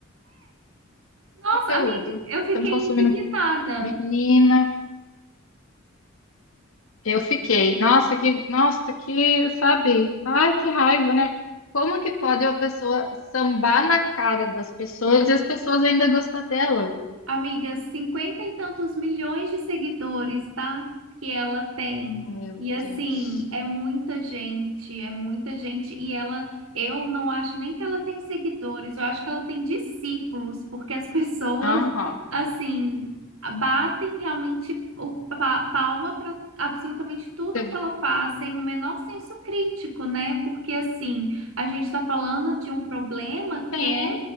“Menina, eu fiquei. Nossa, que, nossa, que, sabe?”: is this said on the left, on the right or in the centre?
Left